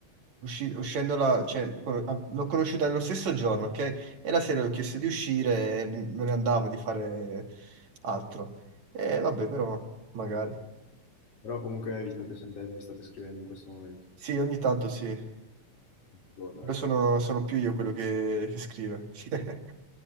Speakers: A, on the right; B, on the left.
A: usci- uscendola, cioè, con- a- l'ho conosciuta nello stesso giorno, ok? E la sera le ho chiesto di uscire e non ne andava di fare altro. E vabbè, però, magari.
B: Però comunque vi state sentendo, vi state scrivendo in questo momento.
A: Sì, ogni tanto sì.
B: Boh, dai.
A: Però sono, sono più io quello che, che scrive. <laughs>